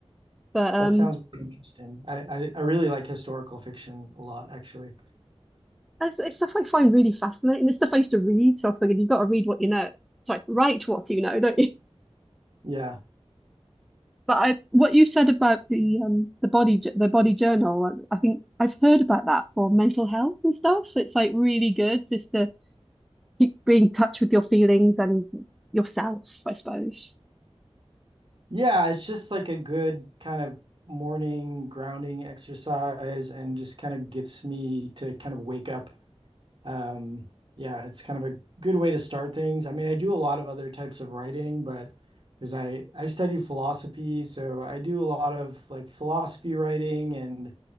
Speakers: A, in the centre; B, on the right (about 50°).
A: But um
B: That sounds pretty interesting. I, I, I really like historical fiction a lot, actually.
A: it's, it's stuff I find really fascinating. It's stuff I used to read, so I figured you've got to read what you know. Sorry, write what you know, don't you? <laughs>
B: Yeah.
A: But I, what you said about the um the body the body journal, I think I've heard about that for mental health and stuff. It's like really good just to keep being in touch with your feelings and yourself, I suppose.
B: Yeah, it's just like a good kind of morning grounding exercise and just kind of gets me to kind of wake up. Um, yeah, it's kind of a good way to start things. I mean, I do a lot of other types of writing, but because I I study philosophy, so I do a lot of like philosophy writing and